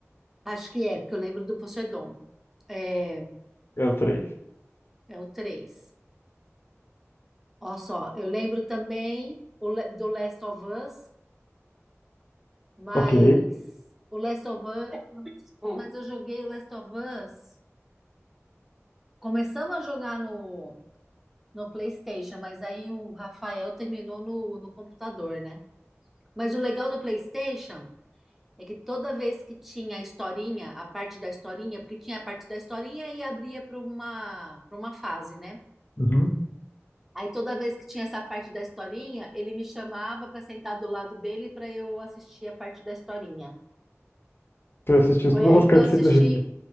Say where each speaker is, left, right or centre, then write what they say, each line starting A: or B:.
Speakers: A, in the centre; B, on the left.
A: Acho que é, porque eu lembro do Poseidon. É,
B: É o três.
A: é o 3. Olha só, eu lembro também o le- do Last of Us, Mas
B: Ok.
A: o Last of Us, Hum. mas eu joguei o Last of Us. Começamos a jogar no, no PlayStation, mas aí o Rafael terminou no, no computador, né? Mas o legal do PlayStation é que toda vez que tinha a historinha, a parte da historinha, porque tinha a parte da historinha e abria para uma, para uma fase, né?
B: Uhum.
A: Aí toda vez que tinha essa parte da historinha, ele me chamava para sentar do lado dele para eu assistir a parte da historinha.
B: Você assistiu
A: Foi
B: todas
A: aí
B: as cutscenes
A: que eu assisti
B: do jogo.